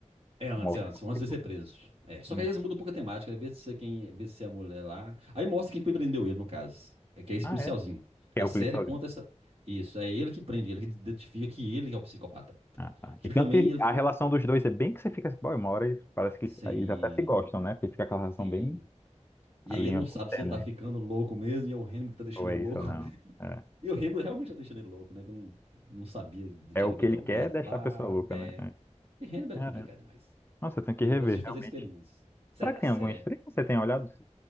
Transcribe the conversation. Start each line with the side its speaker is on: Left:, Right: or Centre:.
Right: É antes,
Left: um alternativo?
Right: é antes, antes de ser preso. É. Só
Left: Hum.
Right: que aí eles mudam um pouco a temática, né? Vê se é quem, vê se é a mulher lá. Aí mostra quem prendeu ele, no caso. É que é esse
Left: Ah,
Right: policialzinho.
Left: é? Que
Right: A
Left: é
Right: série
Left: o policialzinho.
Right: conta essa. Isso, é ele que prende, ele que identifica que ele é o psicopata.
Left: Ah, tá.
Right: Que
Left: E
Right: ele
Left: tanto
Right: também
Left: que
Right: ele tem.
Left: a relação dos dois é bem que você fica assim, pô, uma hora eles, parece que
Right: Sim,
Left: eles, eles até se gostam, né? Porque fica aquela relação
Right: sim.
Left: bem,
Right: E
Left: a
Right: aí
Left: linha
Right: ele não
Left: bem
Right: sabe se
Left: tênue.
Right: ele tá ficando louco mesmo, e é o Hannibal que tá deixando
Left: Ou
Right: ele
Left: é isso
Right: louco.
Left: ou não. É.
Right: E o Hannibal realmente tá deixando ele louco, né? Que não, não sabia, deixava
Left: É o
Right: ele
Left: que
Right: meio
Left: ele
Right: drogado
Left: quer, é deixar
Right: lá.
Left: a pessoa louca,
Right: É.
Left: né? É.
Right: E Hannibal
Left: Caramba.
Right: é complicado demais.
Left: Nossa, eu tenho que
Right: Ele
Left: rever,
Right: gosta de
Left: realmente.
Right: fazer experiências. Sério,
Left: Será que
Right: a
Left: tem
Right: série
Left: algum stream?
Right: é
Left: Você tem olhado? Você